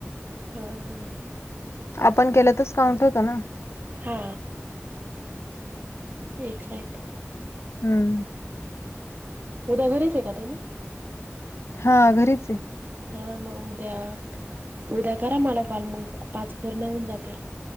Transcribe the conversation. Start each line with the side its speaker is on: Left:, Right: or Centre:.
Right: ह
Left: आपण केलं तरच काउंट होतो ना
Right: हा एक साईड
Left: हम्म.
Right: उद्या घरीच आहे का तुम्ही
Left: हा घरीच आहे.
Right: हा मग उद्या उद्या करा मला कॉल मग पाच परणाहन जाते.